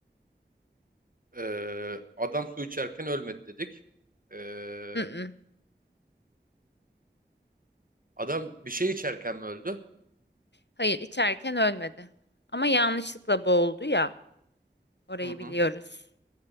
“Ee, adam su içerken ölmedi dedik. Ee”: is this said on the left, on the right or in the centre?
Right